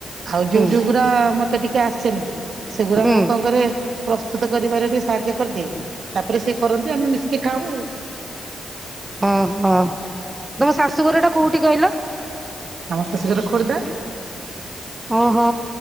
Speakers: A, on the right; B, on the right.
A: ଆଉ
B: ହୁଁ
A: ଯୋଉ ଯୋଉଗୁରା ମୋତେ ଟିକେ ଆସେନି, ସେଗୁଡା
B: ହୁଁ
A: ମୁଁ କଣ କରେ ପ୍ରସ୍ତୁତ କରିବାରେ ଟିକେ ସାହାଯ୍ୟ କରିଦିଏ। ତାପରେ ସେ କରନ୍ତି ଆମେ ମିଶିକି ଖାଉ ଆଉ।
B: ଓହୋ, ଓ ତୋମ ଶାଶୁଘର ଟା କୋଉଠି କହିଲ?
A: ଆମ ଶାଶୁ ଘର ଖୋର୍ଦ୍ଦା।
B: ଓହୋ,